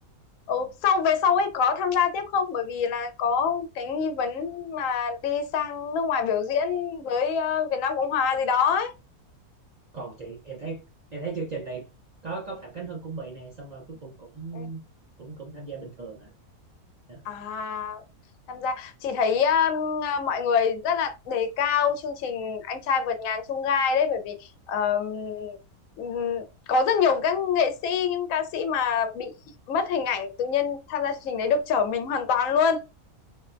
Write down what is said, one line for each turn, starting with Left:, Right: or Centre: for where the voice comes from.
Left: ừ, sau về sau ấy có tham gia tiếp không bởi vì là có cái nghi vấn mà đi sang nước ngoài biểu diễn với ờ, Việt Nam Cộng Hòa gì đó ấy
Right: còn chị em thấy em thấy chương trình này có có Phạm Khánh Hưng cũng bị này, xong rồi cuối cùng cũng
Left: Ừ.
Right: cũng cũng tham gia bình thường à, à
Left: À, tham gia chị thấy um, à, mọi người rất là đề cao chương trình Anh trai vượt ngàn chông gai đấy bởi vì um, ừm, có rất nhiều các nghệ sĩ những ca sĩ mà bị mất hình ảnh tự nhiên tham gia chương trình đấy được trở mình hoàn toàn luôn